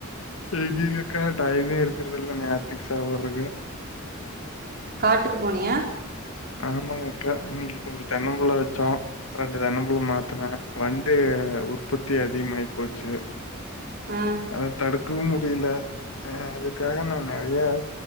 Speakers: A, on the left (about 80°); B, on the right (about 50°).
A: எங்கீகக்க டைமே இருக்கறது இல்ல நேரதுக்கு சாப்றக்கு
B: காட்டுக்கு போனியா
A: ஆமாங்கக்கா இன்னக்கு கொஞ்சோம் தென்னம்புள்ள வச்சோம் ரெண்டு தென்னம்புள்ள மாத்தநெனம்ன் வண்டு உற்பத்தி அதிகமாயி போச்சி
B: ஆ
A: அத தடு இதும் முடியல ஹ அதுக்காக நான் நெறைய